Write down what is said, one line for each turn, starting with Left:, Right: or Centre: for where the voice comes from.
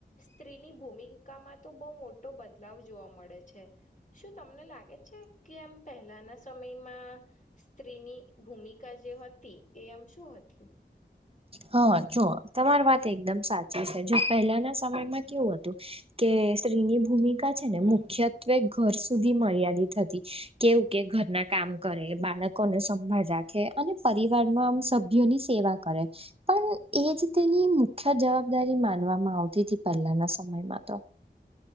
Left: સ્ત્રીની ભૂમિ તો બહ મોટો બદલાવ જોવા મળે છે શું તમને લાગે છે કે એમ પહેલા આના સમયમાં સ્ત્રીની ભૂમિકા જે હતી એ આમ શું હતી
Right: હા જો તમારી વાત એકદમ સાચી છે જો પહેલાના સમયમાં કેવું હતું કે સ્ત્રીની ભૂમિકા છે ને મુખ્યત્વે ઘર સુધી મર્યાદિત હતી કેવું કે ઘરના કામ કરે બાળકોને સંભાળ રાખે અને પરિવારમાં આમ સભ્યોની સેવા કરે પણ એ જ તેની મુખ્ય જવાબદારી માનવામાં આવતી હતી પહેલાના સમયમાં તો